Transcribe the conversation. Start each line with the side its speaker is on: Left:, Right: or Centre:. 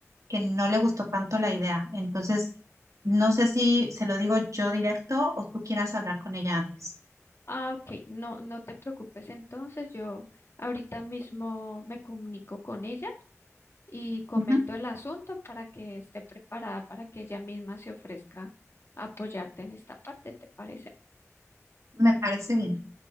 Right: que no le gustó tanto la idea. Entonces, no sé si se lo digo yo directo o tú quieras hablar con ella antes.
Left: Ah, ok, no, no te preocupes. Entonces yo ahorita mismo me comunico con ella y comento
Right: Ujú,
Left: el asunto para que esté preparada para que ella misma se ofrezca a apoyarte en esta parte, ¿te parece?
Right: Me parece bien.